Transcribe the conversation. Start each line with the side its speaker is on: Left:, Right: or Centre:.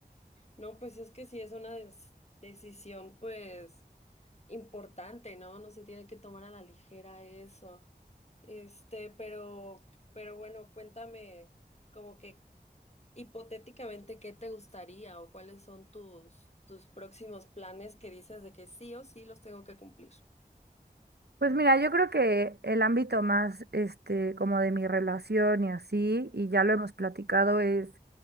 Left: No, pues es que sí es una des- decisión, pues, importante, ¿no? No se tiene que tomar a la ligera eso. Este, pero, pero bueno, cuéntame, como que Hipotéticamente, ¿qué te gustaría o cuáles son tus, tus próximos planes que dices de que sí o sí los tengo que cumplir?
Right: Pues mira, yo creo que el ámbito más, este, como de mi relación y así, y ya lo hemos platicado, es